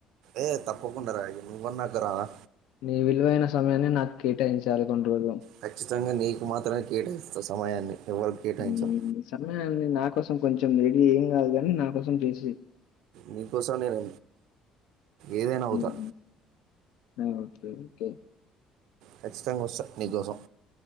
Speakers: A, on the right (about 75°); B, on the left (about 80°).
A: ఏ తప్పకుండా రా నువ్ అన్నాక రానా
B: నీ విలువైన సమయాన్ని నాక్ కేటాయించాలి కొన్ని రోజులు
A: ఖచ్చితంగా నీకు మాత్రమే కేటాయిస్తా సమయాన్ని ఎవరికి కేటాయించాం
B: ఉమ్ సమయాన్ని నా కోసం కొంచ్ కొందరికి ఏం కాదు గని నా కోసం చేసి
A: నీకోసం నేను ఏదైనా అవుతా
B: ఉమ్ అహ్ ఉమ్ కే
A: ఖచ్చితంగా వస్తా నీకోసం